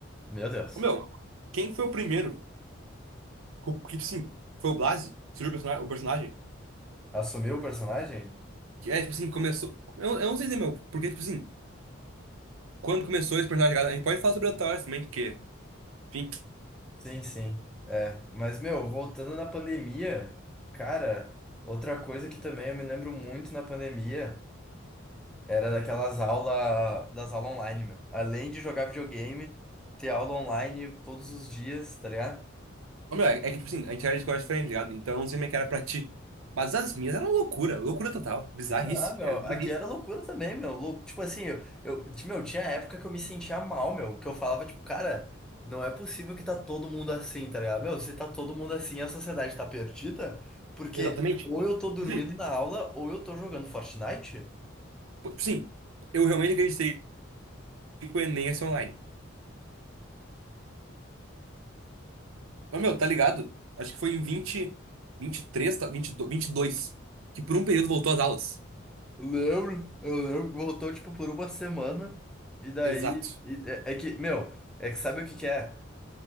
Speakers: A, in the centre; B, on the right.
A: Meu Deus.
B: Ô, meu, quem foi o primeiro? Co- Que, tipo assim, foi o Blasi? Surgiu o personagem? O personagem?
A: Assumiu o personagem?
B: Que é, tipo assim, começou. Eu, eu não sei dizer, meu, porque, tipo assim, quando começou esse personagem, tá ligado? a gente pode falar sobre o Thor também, porque. Enfim.
A: Sim, sim. É. Mas, meu, voltando na pandemia, cara, outra coisa que também eu me lembro muito na pandemia. Era daquelas aulas, das aulas online, meu. Além de jogar videogame, ter aula online todos os dias, tá ligado?
B: Ô, meu, é, é que, tipo assim, a gente era de escola diferente, tá ligado? Então, eu não sei como é que era pra ti. Mas as minhas eram loucura, loucura total. Bizarrice,
A: Não, meu,
B: era bizarrice.
A: aqui era loucura também, meu. Lou- Tipo assim, eu, eu, t- meu, tinha época que eu me sentia mal, meu, que eu falava, tipo, cara, não é possível que tá todo mundo assim, tá ligado? Meu, se tá todo mundo assim, a sociedade tá perdida, porque
B: Exatamente.
A: ou
B: tipo,
A: eu tô dormindo
B: Isso aí.
A: na aula, ou eu tô jogando Fortnite.
B: Pô, tipo assim, eu realmente acreditei que o Enem ia ser online. Mas, meu, tá ligado? Acho que foi em 20, três tá- 22, dois vinte e dois, que por um período voltou às aulas.
A: Lembro, eu lembro, voltou, tipo, por uma semana, e daí,
B: Exato.
A: e- é é que, meu, é que sabe o que que é?